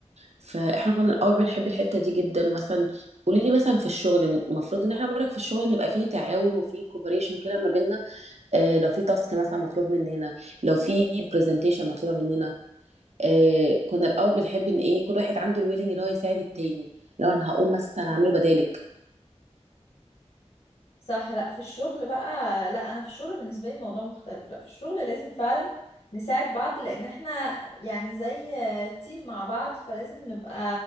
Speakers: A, on the right; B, on the left.
A: فاحنا كنا الاول بنحب الحته دي جدا مثلا قولي لي مثلا في الشغل المفروض ان احنا برك في الشغل نبقى فيه تعاون وفيه كوبريشن كده ما بيننا آه لو في تاسك مثلا مطلوب مننا لو في برزنتيشن مطلوبه مننا آه كنا الاول بنحب ان ايه كل واحد عنده الويلنج اللي هو يساعد التاني لو انا هقوم مثلا اعمله بدالك
B: صح لا في الشغل بقى لا انا في الشغل بالنسبه لي الموضوع مختلف لا في الشغل لازم فعلا نساعد بعض لان احنا يعني زي تيم مع بعض فلازم نبقى